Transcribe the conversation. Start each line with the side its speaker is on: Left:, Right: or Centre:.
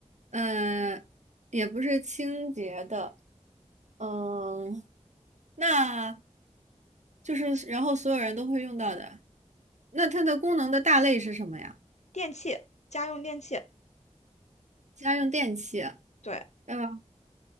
Right: 嗯，也不是清洁的，嗯，那就是然后所有人都会用到的。那它的功能的大类是什么呀？
Left: 电器，家用电器，
Right: 家用电器，
Left: 对，
Right: 呃，